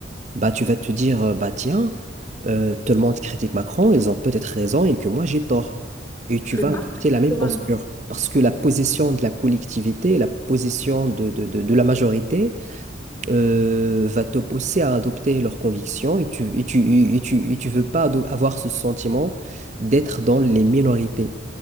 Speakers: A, on the right; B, on the left.
A: bah, tu vas te dire, euh, bah, tiens, euh, tout le monde critique Macron, ils ont peut-être raison et que moi, j'ai tort. Et
B: Je
A: tu vas
B: ne suis pas
A: adopter
B: très
A: la même
B: d'accord
A: posture. Parce que la position de la collectivité, la position de de- de- de la majorité, euh, va te pousser à adopter leurs convictions et tu, et tu, et tu, et tu veux pas ado- avoir ce sentiment d'être dans les minorités,